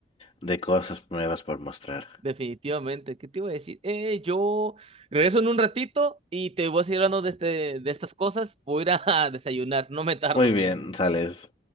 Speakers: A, on the left; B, on the right.
A: de cosas nuevas por mostrar.
B: Definitivamente, ¿qué te iba a decir? Eh, yo regreso en un ratito y te voy a seguir hablando de, este, de estas cosas. Voy a ir a <laughs> desayunar, no me tardo.
A: Muy bien, sales.